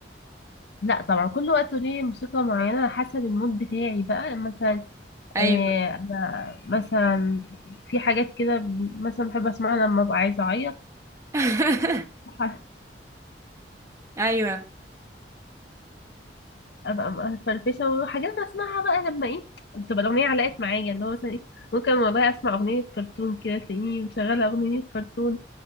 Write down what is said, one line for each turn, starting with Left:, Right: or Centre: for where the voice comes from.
Left: لا طبعا كل وقت ليه موسيقى معينة على حسب المود بتاعي بقى مثلا
Right: أيوه
Left: آه أنا مثلا في حاجات كده ب- مثلا بحب اسمعها لما ابقى عايزة اعيط
Right: <laughs>
Left: <laughs>
Right: أيوه
Left: ابقى مفرفشه وحاجات بسمعها بقى لما ايه تبقى الاغنيه علقت معايا اللي هو مثلا ايه ممكن والله اسمع اغنيه كرتون كده تلاقيني مشغله اغنيه كرتون